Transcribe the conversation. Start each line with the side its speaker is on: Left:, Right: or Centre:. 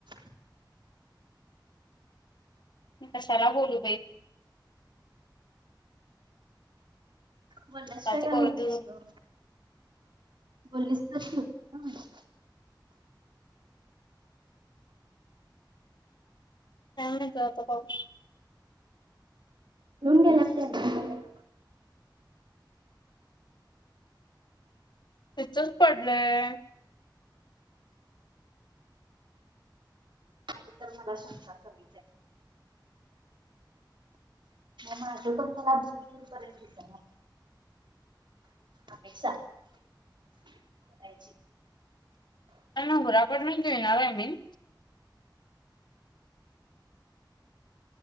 Right: <unintelligible>
Left: मी कशाला बोलू बाई <unintelligible>
Right: बोलल्याशिवाय
Left: स्वतःच
Right: काय
Left: करू
Right: होत
Left: दे
Right: नाही ग बोललीस तरच होती का <unintelligible>
Left: काच होत त्याच <unintelligible>
Right: घेऊन गेल्यात त्यांनी <unintelligible>
Left: तितच पडलंय <unintelligible>
Right: माझ तर शिसा कमीच आहे <unintelligible> माझं पण मला दूर दूर पर्यंत दिसेना अपे काळजी <unintelligible>
Left: अ ना घुराकडून येणार आय मीन